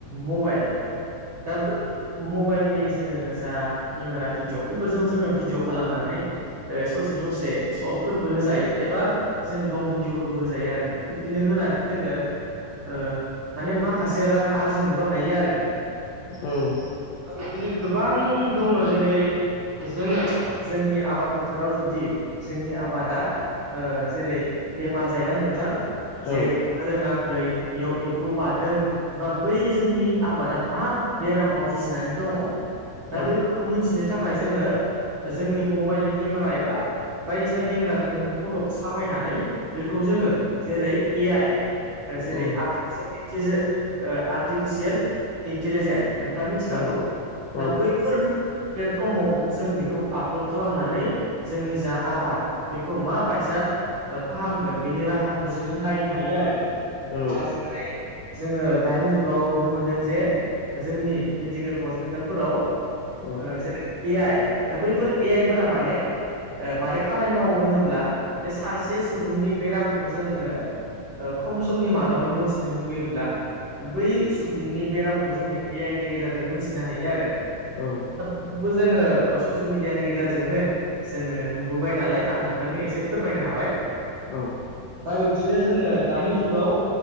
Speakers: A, on the right; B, on the left.
A: मबाइल। <unintelligible> मबाइलनि जोङो जा केमेरा भिडिअ' <unintelligible> जोङो भिडिअ' खालामनानै ओ ससे ससे सर्टफोरबो होजायो एबा जोङो लं भिडिअफोरबो होजायो आरो। बिदिनो होनानै जोङो ओ माने माखासे रां आरजिनोबो हायो आरो।
B: औ।
A: बिदिनो गोबां दङ जेरै जोङो जोंनि आबाद फोथाराव जुदि जोंनि आबादा ओ जेरै बेमार जायोना नोंथां जे
B: औ
A: देरनो रोङाखै बेयाव एम्फौ बारदों बा बै जोंनि आबाद दा मा बेरामाव जुजिनानै दङ दा
B: औ
A: बैफोर खौ मिथिनो थाखाय जोङो जोंनि मबाइलनि केमेरा एबा बायदिसिना केमेराजों जों फट' साफायनानै बेखौ जोङो जेरै ए आइ जेरै
B: ओं
A: आर्टिफिसियेल इन्टिजे ओ आर्टिफिसियेल इन्टिलिजेन नोंथाङा मिथिखागौ
B: औ औ
A: दा बै फोर प्लेटफर्माव जों बेखौ आपल'ड खालामनानै जोंनि जा आबाद बेखौ मा बायसा ओ फाहामगोन बेनि राहाखौ जोङो नायनो हायो आरो
B: औ
A: दा जों दिनै जोङो दानि जुगाव नुनो मोनदों जे जोंनि मेडिकेल हस्पिटालफोराव ओ
B: औ
A: जेरै ए आइ दा बैफोर ए आइफोरा माने ओ मारै खामानि मावो होनोब्ला ज सासे सुबुंनि बेरामखौ जोङो ओ खम समनि मादावनो मिथिनो लुबैयोब्ला बै सुबुंनि बेराम खौ जोङो ए आइ नि गेजेरजों मिथिनो हायो आरो
B: औ।
A: बेबो जोङो ससियेल मिडियानि गेजेरजोंनो जोङो नुबोबाय नालाय आं नोंथांनि एसे फोरमायनो हाबाय
B: औ।
A: दा बिब्दिनो जोङो दानि जुगाव